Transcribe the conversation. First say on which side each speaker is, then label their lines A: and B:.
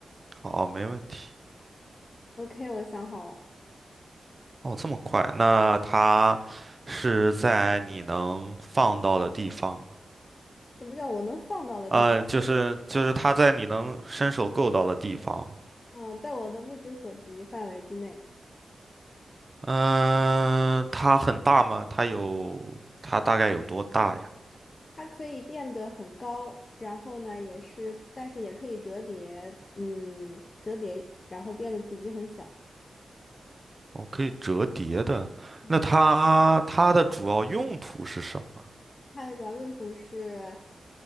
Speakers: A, on the right; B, on the left.
A: 好，没问题。
B: OK，我想好了，
A: 哦，这么快？那它是在你能放到的地方吗？
B: 什么叫我能放到的地方？
A: 呃，就是就是它在你能伸手够到的地方吗？
B: 嗯，在我的目之所及范围之内，
A: 嗯、它很大吗？它有它大概有多大呀？
B: 它可以变得很高，然后呢，也是，但是也可以折叠，嗯，折叠，然后变得体积很小。
A: 哦，可以折叠的。
B: 嗯，
A: 那它它的主要用途是什么？
B: 它的主要用途是，